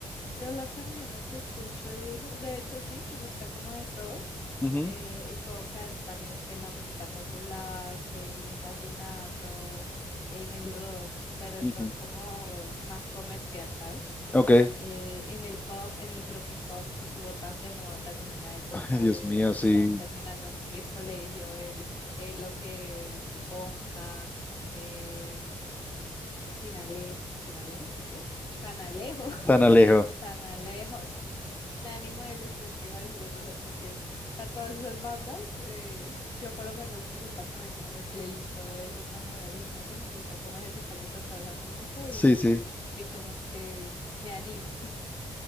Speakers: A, on the left; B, on the left.
A: Yo las canciones que escucho y eso, de hecho sí, me gusta como de todo.
B: Ujú,
A: eh, y puedo caer también que en la música popular, que en el vallenato, en el rock, pero el
B: ujú.
A: rock como más comercial, ¿sabes?
B: Ok.
A: eh, en el pop, en el tropipop que estuvo tan de moda también en una época
B: Ay, Dios
A: de
B: mío, sí.
A: ya terminando mi- el colegio, el, el lo que es Bonka, eh, Sin Alejo, Sin Alejo creo que es, San Alejo, <laughs>
B: San Alejo.
A: San Alejo, Sin Ánimo de Lucro, es que iba a decir los dos al mismo tiempo. O sea, todas esas bandas, eh, yo por lo menos me gusta poner como en el playlist todo eso cuando voy al gimnasio y me gusta como ejercitarme con toda esa música y,
B: Sí, sí.
A: y como que me animo.